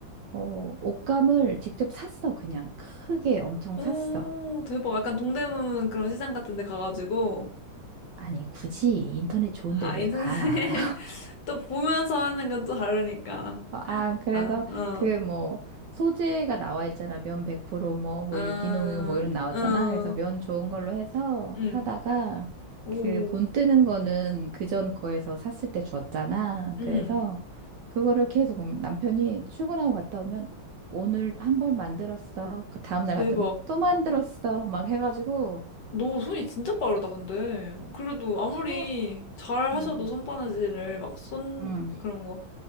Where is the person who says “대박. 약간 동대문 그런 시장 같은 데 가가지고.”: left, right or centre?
Left